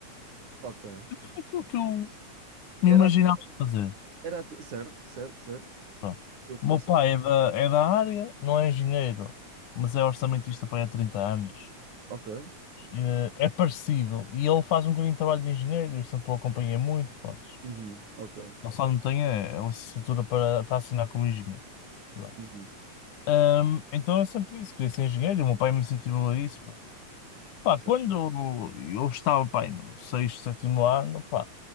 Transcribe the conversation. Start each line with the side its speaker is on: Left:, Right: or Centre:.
Right: ok.
Left: Foi aquilo que eu me
Right: Era,
Left: imaginava
Right: a-
Left: fazer.
Right: era a tu- certo, certo, certo.
Left: Pronto.
Right: Tu ficou
Left: O meu pai é da, é da área, não é engenheiro, mas é orçamentista para aí há 30 anos.
Right: Ok.
Left: Eh, É, parecido. E ele faz um bocadinho de trabalho de engenheiro, eu sempre o acompanhei muito. Pronto.
Right: Uhum. Ok.
Left: Ele só não tem a, a licenciatura para, para assinar como engenheiro. Pronto.
Right: Uhum.
Left: Ahm, então eu sempre disse que queria ser engenheiro e o meu pai me incentivou a isso. Pá, Pá,
Right: Certo.
Left: quando eu estava, pá, aí no sexto, sétimo ano,